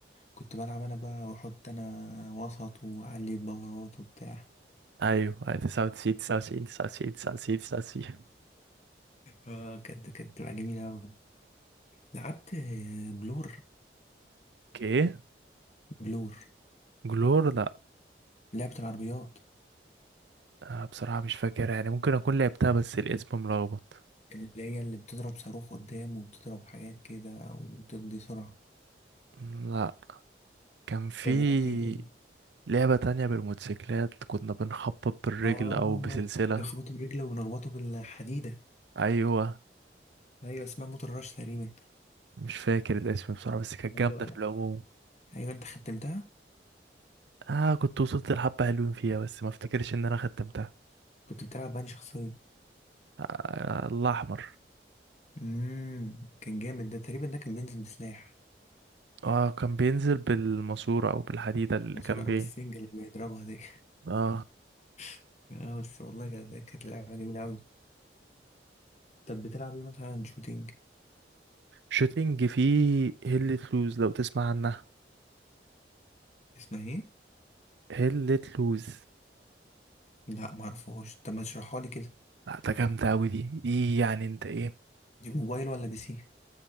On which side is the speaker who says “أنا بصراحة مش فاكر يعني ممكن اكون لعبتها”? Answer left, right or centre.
Right